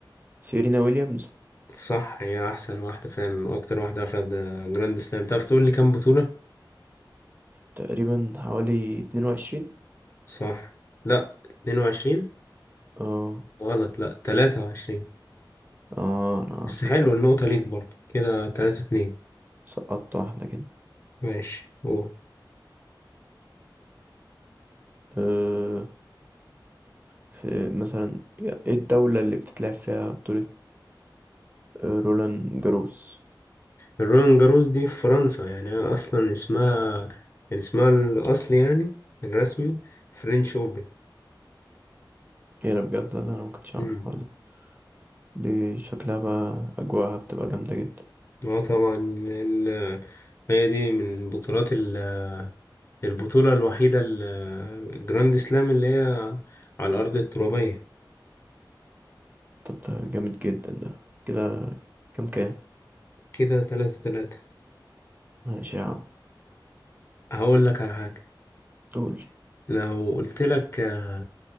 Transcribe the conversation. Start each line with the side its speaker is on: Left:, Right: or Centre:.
Right: سيرينا ويليامز
Left: صح هي احسن واحده فعلا واكتر واحده اخد جراند سلام تعرف تقول لي كام بطوله
Right: تقريبا حوالي اتنين وعشرين
Left: صح لا 22
Right: اه
Left: غلط لا 23
Right: اه أنا
Left: بس
Right: سقطت
Left: حلو النقطه ليك برضه كده 3 2
Right: سقطت واحدة كده
Left: ماشي قول
Right: أه في مثلا ايه الدولة اللي بتتلعب فيها بطولة آه، رولان جاروس
Left: الرولان جاروس دي في فرنسا يعني اصلا اسمها يعني اسمها الاصلي يعني الرسمي فرنش اوبن
Right: ايه ده بجد ولا انا ما كنتش اعرف
Left: امم
Right: الحوار ده دي شكلها بقى اجواءها بتبقى جامدة جدا
Left: اه طبعا ال- هي دي من البطولات ال- البطوله الوحيده ال- الجراند سلام اللي هي على الارض الترابيه
Right: طب ده جامد جدا ده كده كام كام
Left: كده ثلاثة ثلاثة
Right: ماشي يا عم
Left: هقول لك على حاجة
Right: قول لي
Left: لو قلت لك آه،